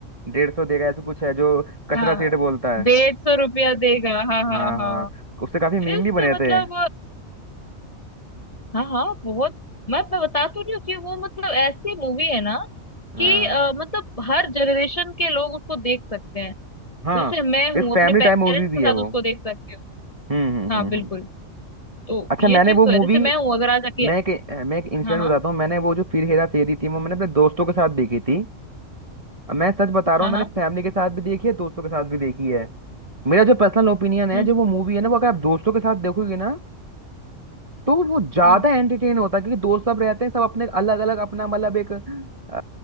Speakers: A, on the right; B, on the left.
A: डेढ़ सौ देगा ऐसा कुछ है जो कचरा
B: हाँ
A: सेठ बोलता है
B: डेढ़ सौ रुपया देगा हाँ
A: हाँ
B: हाँ हाँ
A: हाँ उससे काफी
B: अरे
A: मीम
B: उसके
A: भी बने
B: मतलब
A: थे
B: हाँ हाँ बहुत मैं मैं बता तो रही हूँ कि वो मतलब ऐसी मूवी है ना
A: हाँ
B: कि अ, मतलब हर जनरेशन के लोग उसको देख सकते हैं तो
A: हाँ
B: जैसे मैं हूँ
A: एक फैमिली
B: अपने
A: टाइम
B: पेरेंट्स
A: मूवी
B: के
A: भी
B: साथ
A: है वो
B: उसको देख सकते
A: हम्म
B: हो
A: हम्म
B: हाँ
A: हम्म
B: बिल्कुल
A: हम्म।
B: तो
A: अच्छा
B: ये
A: मैंने
B: चीज
A: वो
B: तो
A: मूवी
B: है जैसे मैं हूँ अगर आज अकेले
A: मैं एक मैं एक इंसिडेंट
B: हाँ हाँ
A: बताता हूँ मैंने वो जो फिर हेरा फेरी थी वो मैंने अपने दोस्तों के साथ देखी थी मैं सच बता रहा
B: हाँ
A: हूँ
B: हाँ
A: मैंने फैमिली के साथ भी देखी है दोस्तों के साथ भी देखी है मेरा जो पर्सनल ओपिनियन है
B: हम्म
A: जो वो मूवी है ना वो अगर आप दोस्तों के साथ देखोगे ना तो वो ज्यादा
B: हम्म
A: एंटरटेन होता है क्योंकि दोस्त सब रहते हैं सब अपने अलग अलग अपना मतलब एक अ,